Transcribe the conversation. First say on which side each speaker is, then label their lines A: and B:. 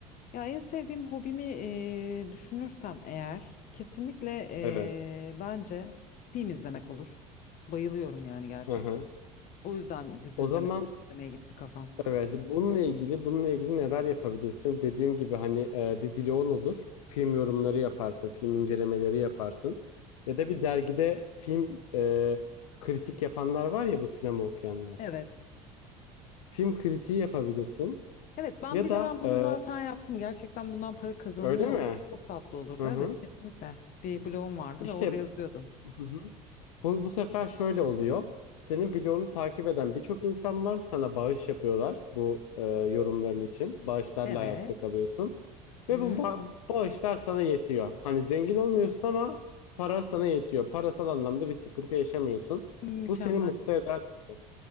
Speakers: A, on the left; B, on the left.
A: Ya en sevdiğim hobimi eee, düşünürsem eğer kesinlikle eee,
B: Evet.
A: bence film izlemek olur. Bayılıyorum yani gerçekten.
B: Hı hı.
A: O yüzden dizi
B: O
A: izleme,
B: zaman
A: izlemeye gitti kafam.
B: evet bununla ilgili bununla ilgili neler yapabilirsin? Dediğim gibi hani e, bir blogun olur. Film yorumları yaparsın, film incelemeleri yaparsın. Ya da bir dergide film e, kritik yapanlar var ya bu sinema okuyanlar.
A: Evet.
B: Film kritiği yapabilirsin.
A: Evet ben
B: Ya
A: bir
B: da
A: dönem bunu
B: e,
A: zaten yaptım. Gerçekten bundan para kazanılıyor.
B: öyle mi?
A: olsa Çok tatlı olurdu.
B: Hı
A: Evet
B: hı.
A: kesinlikle. Bir blogum vardı
B: İşte
A: ve orada yazıyordum.
B: Hı hı. Bu, bu sefer şöyle oluyor. Senin bloğunu takip eden birçok insan var. Sana bağış yapıyorlar bu e, yorumların için. Bağışlarla
A: Evet.
B: ayakta kalıyorsun. Ve
A: Hı,
B: bu ba- bağışlar sana yetiyor. Hani zengin olmuyorsun ama para sana yetiyor. Parasal anlamda bir sıkıntı yaşamıyorsun.
A: mükemmel.
B: Bu seni mutlu eder. bence.